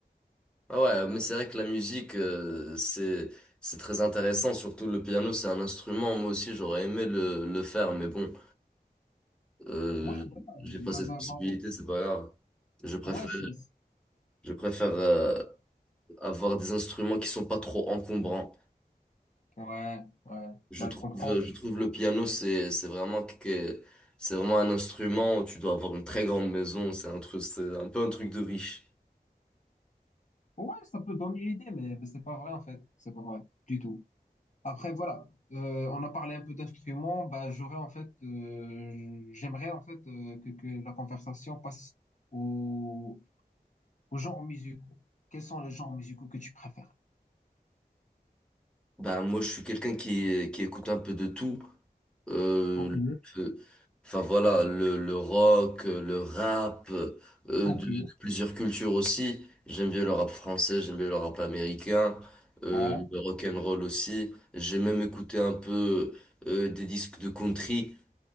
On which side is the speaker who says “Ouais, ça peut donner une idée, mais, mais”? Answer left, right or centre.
Left